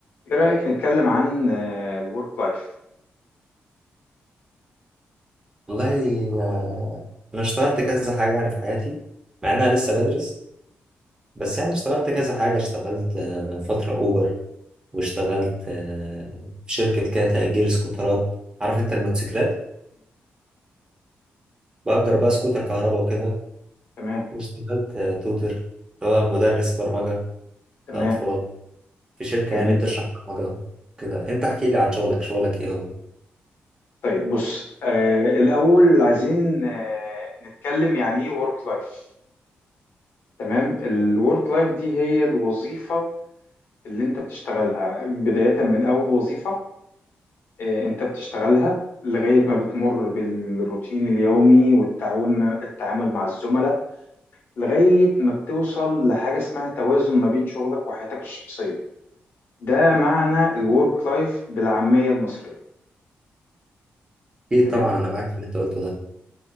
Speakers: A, on the left (about 70°); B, on the right (about 20°).
A: ايه رأيك نتكلم عن الورك لايف
B: والله آه، انا اشتغلت كذا حاجه يعني في حياتي مع ان انا لسه بدرس بس يعني اشتغلت كذا حاجه اشتغلت آه، فتره اوبر واشتغلت آه، في شركه كده تأجير سكوترات عارف انت الموتوسيكلات بأجر بقى سكوتر كهرباء وكده
A: تمام
B: واشتغلت آه، توتر اللي هو مدرس برمجه
A: تمام
B: لأطفال في شركه
A: جميل
B: يعني بتشرح برمجه كده انت احكي لي عن شغلك شغلك ايه هو
A: طيب بص آه، الأول عايزين آه، نتكلم يعني ايه ورك لايف تمام الورك لايف دي هي الوظيفة اللي انت بتشتغلها بداية من أول وظيفة آه، انت بتشتغلها لغاية ما بتمر بالروتين اليومي والتعاون مع- التعامل مع الزملاء لغاية ما بتوصل لحاجة اسمها توازن ما بين شغلك وحياتك الشخصية ده معنى الورك لايف بالعامية المصرية
B: اكيد
A: تمام
B: طبعا انا معاك في اللي انت قلته ده